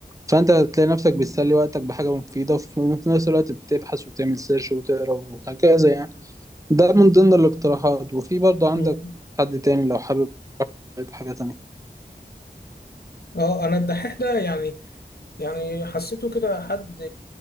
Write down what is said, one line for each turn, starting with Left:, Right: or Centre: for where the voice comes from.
Right: فأنت تلاقي نفسك بتسلي وقتك بحاجة مفيدة وفي في نفس الوقت بتبحث وتعمل سيرش وتقرا وهكذا يعني ده من ضمن الاقتراحات وفي برضه عندك
Left: مم.
Right: حد تاني لو حابب عليك حاجة تانية
Left: اه انا الدحيح ده يعني يعني حسيته كده حد